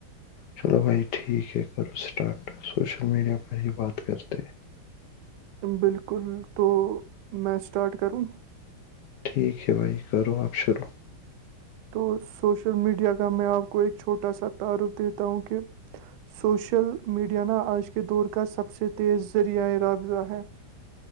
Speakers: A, on the left; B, on the right.
A: چلو بھائی ٹھیک ہے کرو اسٹارٹ سوشل میڈیا پر ہی بات کرتے ہیں
B: بالکل تو میں اسٹارٹ کروں
A: ٹھیک ہے بھائی کرو آپ شروع
B: تو سوشل میڈیا کا میں آپ کو ایک چھوٹا سا تعارف دیتا ہوں کہ سوشل میڈیاانا آج کے دور کا سب سے تیز ذریعۂ راابضہ ہے